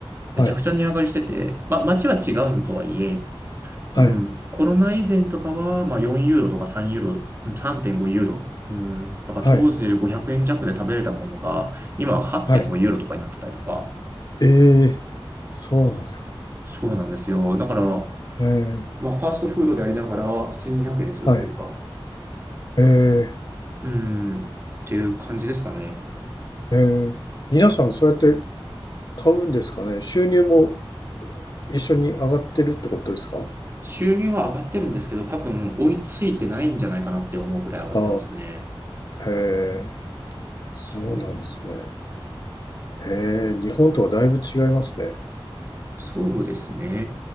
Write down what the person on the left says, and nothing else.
はい。
はい。
はい。
はい。ええ、そうなんですか。
ええ、
はい。ええ、
ええ。皆さんそうやって買うんですかね。収入も一緒に上がってるってことですか。
ああ、へえ、そうなんですね。
へえ、日本とはだいぶ違いますね。